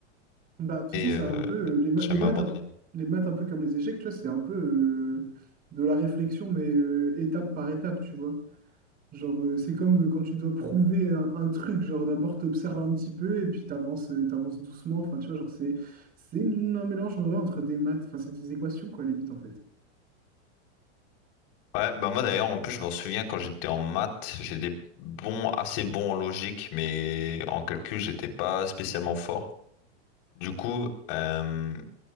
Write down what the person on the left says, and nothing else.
et
euh,
jamais
abandonné.
Ouais, bah moi d'ailleurs, en plus, je m'en souviens quand j'étais en maths, j'étais bon, assez bon en logique, mais en calcul, j'étais pas spécialement fort. Du coup, euh,